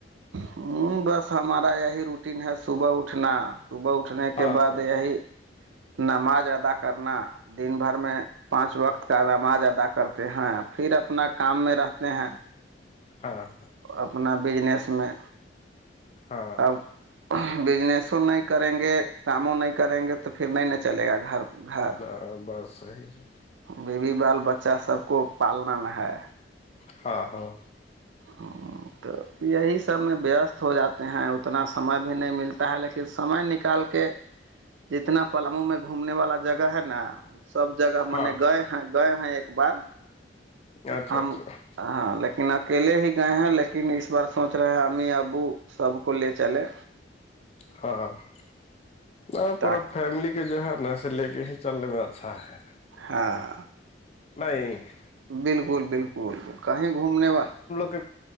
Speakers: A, on the right; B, on the left.
A: ہوں بس ہمارا یہی روٹی ہے صبح اٹھنا صبح اٹھنے کے
B: ہاں
A: بعد
B: ہاں
A: یہی نماز ادا کر کرنا دن بھر میں پانچ وقت کا نماز ادا کرتے ہیں پھر اپنا کام میں رہتے ہیں
B: ہاں
A: اپنا بجنس میں
B: ہاں ہاں
A: اب بجنسوں نہیں کریں گے کاموں نہیں کریں گے تو پھر نہیں ن چلے گا گھر گھر
B: اوراں بات صحیح ہے
A: بیوی بال بچہ سب کو پالنا نہ ہے
B: ہاں ہاں
A: ہاں تو یہی سب میں وست ہو جاتے ہیں اتنا سمے بھی نہیں ملتا ہے لیکن سمے نکال کے جتنا پلامو میں گھومنے والا جگہ ہے نا وہ سب جگہ م
B: ہاں
A: نے گئے گئے ہیں ایک بار
B: اچھا
A: ہم
B: اچھا
A: ہاں لیکن اک اکیلے ہی گئے ہیں لیکن اس بار سوچ رہے ہے امی ابو سب کو لے چلے
B: ہاں ہاں <unintelligible> ن
A: تاک
B: پورا فیملی کے جو ہے نا سے لے کے ہی چلنے میں اچھا ہے <unintelligible>
A: ہاں <unintelligible>
B: نہیں <unintelligible>
A: بالکل بالکل کہیں گھومنے با <unintelligible>
B: گ